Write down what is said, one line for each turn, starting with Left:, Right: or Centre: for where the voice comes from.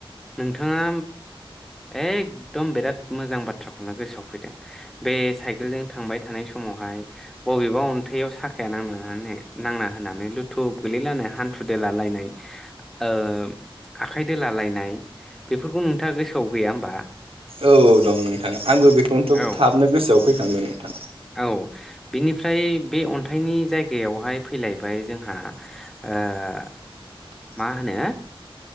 Centre: नोंथाङा एकदम बिराद मोजां बाथ्राखौनो गोसोआव फैदों, बे साइकेलजों थांबाय थानाय समावहाय बबेबा अन्थाइआव साखाया नांनानै नांना होनानै लुथु गोलैलायनाय हान्थु देलालायनाय ओम आखाइ दोलालायनाय बेफोरखौ नोंथाङा गोसोआव गैया होमबा?
Right: औ औ दं नोंथाङा आंबो बे बेखौनोथ'
Centre: औ
Right: थाबनो गोसोआव फैखांदों। नोंथां
Centre: औ बिनिफ्राय। बे अन्थाइनि जायगायावहाय फैलायबाय जोंहा ओ।
Right: <inaudible>
Centre: मा होनो